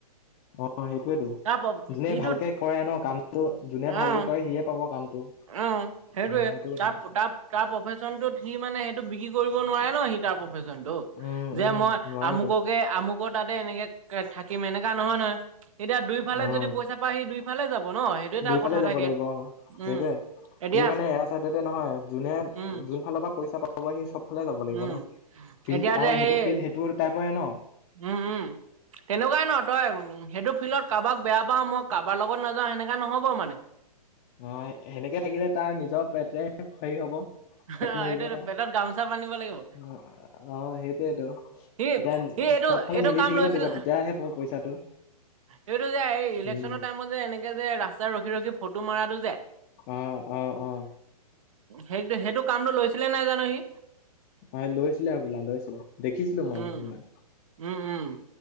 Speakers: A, on the left; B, on the right.
A: অ, সেইটোৱেটো,
B: তাৰ
A: যোনে
B: সিটো
A: ভালকে কৰে ন কামটো, যোনে ভালকে
B: অ
A: কৰে, সিহে পাব কামটো।
B: অ, সেইটোৱেই,
A: উম সেইটো কথা
B: তাৰ পুতাব তাৰ প্ৰফেশ্যনটোত, সি মানে সেইটো বিক্ৰী কৰিব নোৱাৰে ন, সি তাৰ প্ৰফেশ্যনটো।
A: উম
B: যে
A: উম
B: মই,
A: নোৱাৰেতো
B: আমুককে, আমুকৰ তাতে এনেকে থাকিম, এনেকোৱা নহয় নহয়। এতিয়া, দুইফালে
A: উম
B: যদি পইচা পায়, সি দুইফালে যাব ন, সেইটো
A: দুইফালে
B: তাৰ কথা
A: যাব
B: থাকে।
A: লাগিব অ সেইটোৱে
B: উম। এতিয়া
A: সি মানে, এটা চাইডতে নহয়, যোনে,
B: উম
A: যোন ফালৰ পৰা পইচা পা পাব সি চবফালে যাব লাগিব
B: উম
A: ন, ফিল্ড
B: এতিয়া
A: আৰু
B: যে সেই
A: সেইটো ফিল্ড সেইটো টাইপৰে ন।
B: উম, উম। তেনেকুৱাই ন, তই উম সেইটো ফিল্ডত কাৰোবাক বেয়া পাওঁ, মই কাৰোবাৰ লগত নাযাওঁ, সেনেকোৱা নহ'ব মানে।
A: অ, সেনেকে থাকিলে তাৰ নিজৰ পেটহে হেৰি হব।
B: অ',
A: পেট মৰিব
B: এইটো
A: তাৰ,
B: পেটত গামোচা বান্ধিব
A: অ,
B: লাগিব
A: সেইটয়েইটো। এতিয়া,
B: সি সি এইটো
A: চবফালে
B: এইটো
A: মিলি
B: কাম
A: থাকিব
B: লৈছিল
A: লাগিব, তেতিয়াহে পাব পইচাটো।
B: সেইটো যে, এই, ইলেকশ্যনৰ
A: উম
B: টাইমত যে এনেকে যে, ৰাস্তাত ৰখি ৰখি ফটো মাৰটো যে,
A: অ অ অ
B: সেই সেইটো, কামটো লৈছিলে নে নাই জানো সি?
A: হয় লৈছিলে হবলা, লৈছিলে, দেখিছিলো মই
B: উম
A: দুদিনমান।
B: উম, উম।